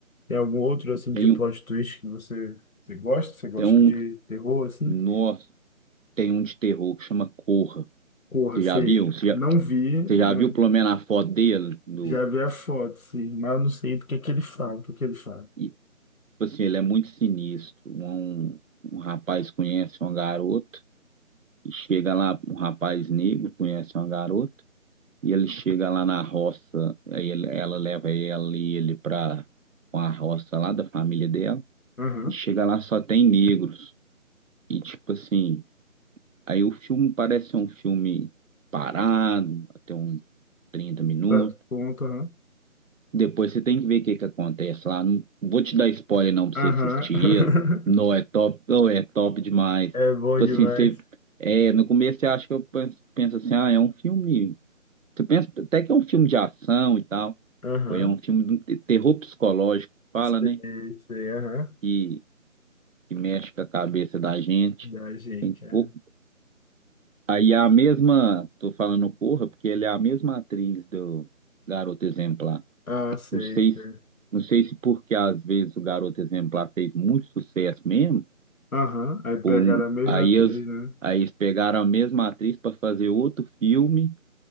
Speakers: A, on the left; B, on the right.
A: Tem algum outro, assim,
B: Tem
A: de plot
B: um,
A: twist que você, você gosta? Você gosta
B: tem um
A: de terror, assim?
B: Nossa, tem um de terror que chama Corra.
A: Porra,
B: Você
A: sei.
B: já viu? Você já,
A: Não vi,
B: você
A: né?
B: já viu pelo menos a foto dele? Do,
A: Já vi a foto, sim, mas não sei do que que ele fala, do que que ele fala.
B: e, tipo assim, ele é muito sinistro. Um, um rapaz conhece uma garota e chega lá, um rapaz negro conhece uma garota e ele chega lá na roça, aí ele- ela leva ela e ele pra uma roça lá da família dela
A: Aham,
B: e chega lá só tem negros. E tipo assim, aí o filme parece um filme parado, até uns trinta minutos
A: certo, ponto, aham.
B: Depois você tem que ver o que que acontece lá. Não vou te dar spoiler não pra
A: Aham.
B: você assistir Não
A: <laughs>
B: é top, não é top demais. Tipo
A: É bom demais.
B: assim, você, é, no começo você acha que eu penso, penso assim, ah, é um filme. Você pensa até que é um filme de ação e tal.
A: Aham.
B: Foi é um filme de um te- terror psicológico, fala,
A: Sei,
B: né?
A: sei, aham.
B: Que, que mexe com a cabeça da gente.
A: Da gente,
B: Tem,
A: cara.
B: o- aí a mesma, tô falando Corra, porque ele é a mesma atriz do Garota Exemplar.
A: Ah, sei,
B: Não sei,
A: sei.
B: se- não sei se porque às vezes o Garoto Exemplar fez muito sucesso mesmo,
A: Aham, Aí pegaram
B: por um-
A: a mesma
B: aí
A: atriz,
B: eles,
A: né?
B: aí eles pegaram a mesma atriz para fazer outro filme